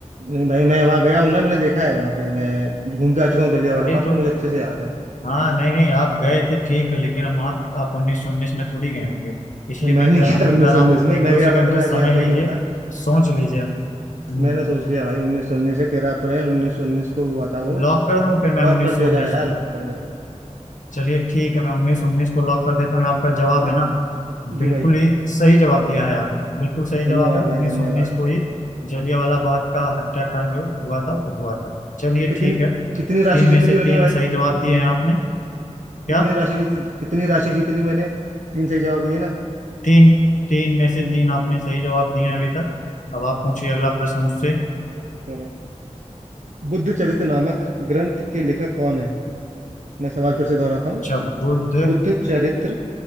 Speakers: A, on the right (about 75°); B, on the left (about 80°).
A: नहीं भाई मैं वहाँ गया हूँ ना मैंने देखा है वहाँ पे मैं घूम के आ चुका हूँ जलियांवाला
B: अरे
A: बाग
B: तो
A: तो मुझे अच्छे से याद है
B: हाँ नहीं नहीं आप गए थे ठीक है लेकिन हम आप, आप उन्नीस सौ उन्नीस में थोड़ी गए होंगे इसलिए
A: मैं
B: मैं
A: नहीं
B: कह
A: गया
B: रहा हूँ
A: था उन्नीस
B: एक बार
A: सौ
B: आप
A: उन्नीस में
B: एक
A: मैं
B: दो
A: गया
B: सेकंड
A: होता तो मैं
B: का समय
A: आज यहाँ पे
B: लीजिए
A: नहीं होता
B: सोच लीजिए हम्म,
A: मैंने सोच लिया भाई उन्नीस सौ उन्नीस है तेरह अप्रैल उन्नीस सौ उन्नीस को हुआ था वो
B: लॉक कर दूं फिर मैं
A: लॉक
B: उन्नीस
A: कर
B: सौ
A: दिया
B: उन्नीस
A: जाए यार
B: को
A: लॉक कर दिया जाए
B: चलिए ठीक है मैं उन्नीस सौ उन्नीस को लॉक कर देता हूँ आपका जवाब है ना
A: जी
B: बिल्कुल
A: भाई
B: ही सही जवाब दिया है आपने बिल्कुल सही
A: धन्यवाद
B: जवाब है उन्नीस
A: भाई धन्यवाद
B: सौ उन्नीस को ही जलियांवाला बाग का हत्याकांड जो हुआ था वो हुआ था चलिए
A: तो कितनी
B: ठीक है
A: कितनी राशि
B: तीन
A: जीत
B: में
A: ली
B: से तीन
A: मैंने भाई
B: सही जवाब दिए हैं आपने क्या
A: कितनी राशि जीत कितनी राशि जीत ली मैंने तीन सही जवाब दिए ना
B: तीन तीन में
A: हम्म
B: से तीन आपने सही जवाब दिए हैं अभी तक अब आप पूछिए अगला प्रश्न मुझसे
A: चलो बुद्ध चरित नामक ग्रंथ के लेखक कौन है मैं सवाल फिर से दोहराता हूँ
B: अच्छा बुद्ध
A: बुद्ध चरित्र